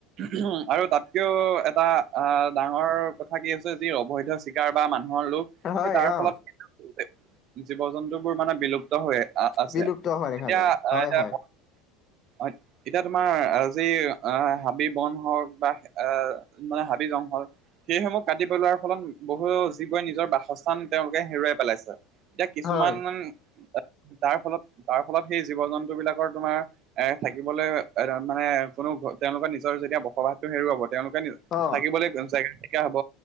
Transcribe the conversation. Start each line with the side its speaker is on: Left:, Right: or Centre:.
Right: উম, আৰু তাতকেও এটা আহ ডাঙৰ কথা কি হৈছে যি অবৈধ চিকাৰ বা মানুহ। মানুহৰ লোক
Left: হয়
Right: এই তাৰ ফলত
Left: অ
Right: কিন্তু জীৱ-জন্তু বোৰ মানে বিলুপ্ত হৈ আ আছে
Left: বিলুপ্ত হোৱা দেখা
Right: এতিয়া
Left: যায়
Right: আহ
Left: হয় হয়
Right: প্ৰথম এতিয়া তোমাৰ আজি আহ হাবি বন হওক বা আহ মানে হাবি জংঘল সেইসমূহ কাটি পেলোৱাৰ ফলত বহুত জীৱই নিজৰ বাসস্থান তেওঁলোকে হেৰুৱাই পেলাইছে এতিয়া কিছুমান
Left: হয়
Right: তাৰ ফলত তাৰ ফলত সেই জীৱ জন্তু বিলাকৰ তোমাৰ এ থাকিবলৈ এ মানে কোনো তেওঁলোকৰ নিজৰ যেতিয়া বসবাসটো হেৰুৱাব তেওঁলোকে
Left: অ
Right: থাকিবলৈ জেগা নাইকা হব